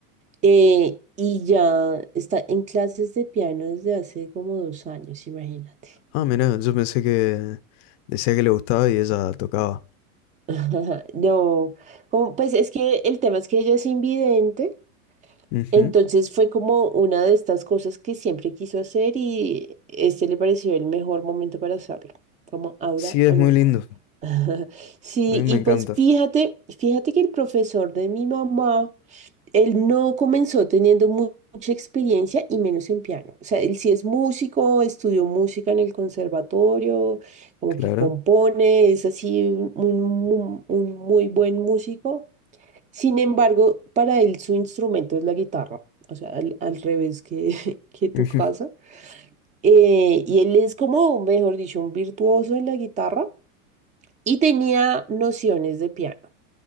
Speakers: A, on the right (about 15°); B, on the left (about 35°).
A: eh, y ya está en clases de piano desde hace como dos años, imagínate.
B: Ah, mira, yo pensé que decía que le gustaba y ella tocaba.
A: <laughs> No, como, pues es que el tema es que ella es invidente.
B: Ujú.
A: Entonces fue como una de estas cosas que siempre quiso hacer y este le pareció el mejor momento para hacerlo, como ahora
B: Sí, es
A: o
B: muy
A: nunca.
B: lindo,
A: <laughs> Sí,
B: a mí me
A: y
B: encanta,
A: pues fíjate, fíjate que el profesor de mi mamá, él no comenzó teniendo mu- mucha experiencia y menos en piano. O sea, él sí es músico, estudió música en el conservatorio, como
B: claro.
A: que compone, es así un, un mu- un muy buen músico sin embargo, para él su instrumento es la guitarra, o sea, al, al revés que, <laughs> que tu
B: Ujú.
A: casa. Eh, y él es como, mejor dicho, un virtuoso en la guitarra y tenía nociones de piano.